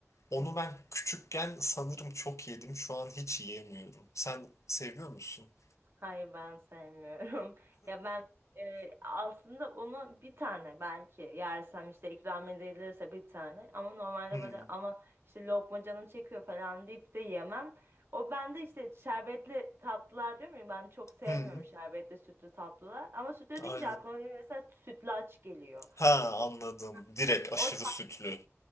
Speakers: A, on the left; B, on the right.
A: Onu
B: hı hı.
A: ben küçükken sanırım çok yedim. Şu an hiç yiyemiyorum. Sen seviyor musun? <laughs>
B: Hayır ben sevmiyorum. <laughs> Ya ben e, aslında onu bir tane belki yersem işte ikram edilirse bir tane ama normalde
A: Hmm.
B: böyle ama işte lokma canım çekiyor falan deyip de yemem. O bende işte şerbetli tatlılar diyorum ya ben çok sevmiyorum
A: Hmm.
B: şerbetli sütlü tatlılar ama sütlü
A: Aynen.
B: deyince aklıma benim mesela sütlaç geliyor.
A: Ha
B: İşte
A: anladım. Direkt aşırı
B: o
A: sütlü.